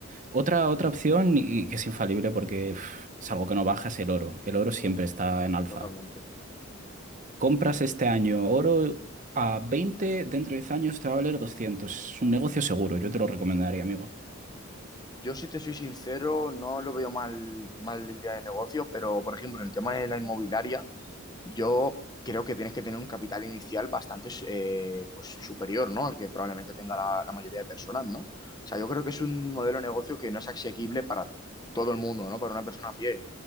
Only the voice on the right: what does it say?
otra, otra opción, y que es infalible porque uf, es algo que no baja, es el oro. El oro siempre está en alza.
Compras este año oro a 20 dentro de 10 años te va a valer 200. Es un negocio seguro, yo te lo recomendaría, amigo.